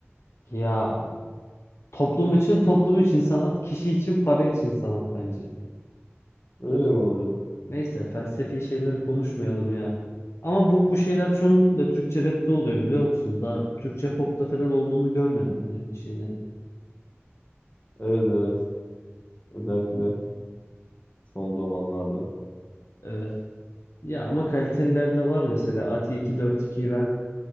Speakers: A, on the left; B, on the left.
A: ya toplum için toplum için sanat, kişi için para için sanat bence.
B: Öyle mi oluyor?
A: Neyse felsefi şeyleri konuşmayalım ya. Ama bu bu şeyler çoğunlukla Türkçe rap'te oluyor biliyor musun? Daha Türkçe pop'ta falan olduğunu görmedim ben öyle şeylerin.
B: Evet evet. Özellikle. son zamanlarda.
A: Evet. Ya ama kaliteliler de var mesela. Ati 242'yi ben